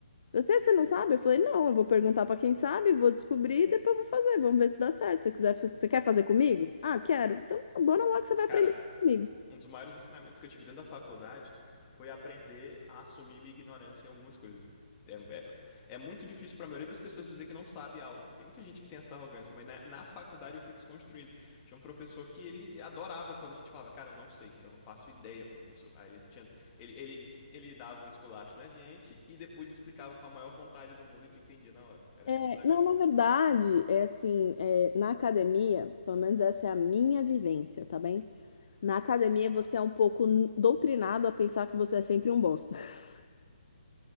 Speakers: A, on the left (about 50°); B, on the left (about 20°).
A: você, você não sabe? Eu falei, não, eu vou perguntar pra quem sabe, vou descobrir e depois vou fazer, vamos ver se dá certo. Se você quiser, você quer fazer comigo? Ah, quero. Então, bora lá que você vai
B: Cara,
A: aprender comigo.
B: um dos maiores ensinamentos que eu tive dentro da faculdade foi aprender a assumir minha ignorância em algumas coisas. É, é- é muito difícil pra maioria das pessoas dizer que não sabe algo. Tem muita gente que tem essa arrogância, mas na, na faculdade eu fui desconstruindo. Tinha um professor que ele adorava quando a gente falava, cara, eu não sei, eu não faço ideia, professor. Aí ele tinha, ele, ele, ele dava um esculacho na gente e depois explicava com a maior vontade do mundo e tu entendia na hora. Era
A: É,
B: muito legal.
A: não, na verdade, é assim, é, na academia, pelo menos essa é a minha vivência, tá bem? Na academia você é um pouco n- doutrinado a pensar que você é sempre um bosta. <laughs>